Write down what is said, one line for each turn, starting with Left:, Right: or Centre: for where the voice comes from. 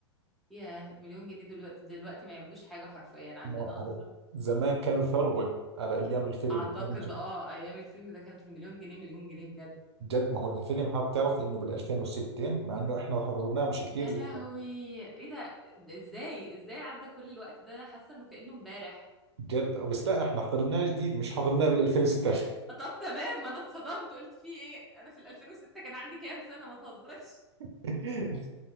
Centre: ياه مليون جنيه دلوقتي دلوقتي ما يعملوش حاجه حرفيا عندنا
Right: ما هو
Centre: اصلا
Right: زمان كانوا ثروة على أيام الفيلم
Centre: اعتقد
Right: هذا ج-
Centre: اه ايام الفيلم ده كانت المليون جنيه مليون جنيه بجد
Right: جد ما هو الفيلم هذا بتعرف إنه بال 2006 مع إنه إحنا حضرناه مش كثير
Centre: يا
Right: زمان
Centre: لهوي ايه ده ده ازاي ازاي عدى كل الوقت ده انا حاسه انه كانه امبارح
Right: جد بس لا إحنا حضرناه جديد مش حضرناه بال 2006
Centre: طب تمام ما انا اتصدمت قلت في ايه انا في ال 2006 كان عندي كام سنة ما تهزرش
Right: <laughs>